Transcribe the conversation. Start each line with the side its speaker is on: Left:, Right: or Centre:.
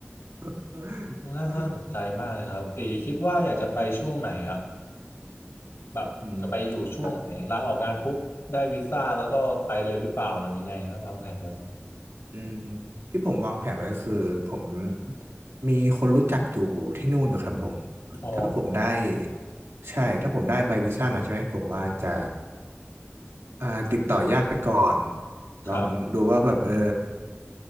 Right: <laughs>
Left: น่าสนใจมากเลยครับตีคิดว่าอยากจะไปช่วงไหนอ่ะ แบบจะไปอยู่ช่วงไหนลาออกงานปุ๊บได้วีซ่าแล้วก็ไปเลยหรือเปล่าหรือยังไงนะวางแผนไว้
Right: อืมอ่ะอืมที่ผมวางแผนไว้คือผมมีคนรู้จักอยู่ที่นู่นอยู่ครับผม
Left: อ๋อ
Right: ถ้าผมได้ ใช่ ถ้าผมได้ใบวีซ่ามาใช่ไหม ผมว่าจะอ่าติดต่อญาติไปก่อน ลองดูว่าแบบเออ
Left: ครับ